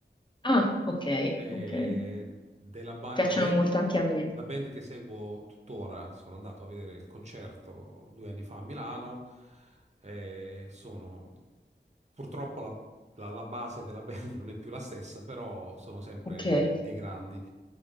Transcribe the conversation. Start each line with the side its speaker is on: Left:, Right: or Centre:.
Left: Ah, ok,
Right: Eh,
Left: ok,
Right: della ba-
Left: piacciono
Right: la band,
Left: molto anche a me,
Right: la band che seguo tuttora, sono andato a vedere il concerto due anni fa a Milano. eh, sono purtroppo la, la- la base della band <laughs> non è più la stessa, però sono sempre
Left: ok.
Right: dei grandi.